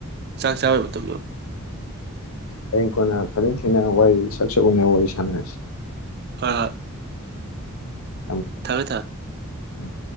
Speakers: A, on the right; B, on the left.
A: ꯆꯥꯛ ꯆꯥꯕ ꯃꯇꯝꯗꯣ
B: ꯍꯌꯦꯡ ꯀꯣꯟꯅ ꯐꯖꯅ ꯊꯤꯅ ꯋꯥꯔꯤ ꯁꯛ ꯁꯛ ꯎꯅꯔ ꯋꯥꯔꯤ ꯁꯥꯟꯅꯔꯁꯤ
A: ꯍꯣꯏ ꯍꯣꯏ
B: ꯎꯝ
A: ꯊꯝꯃꯦ ꯊꯝꯃꯦ
B: ꯎꯝ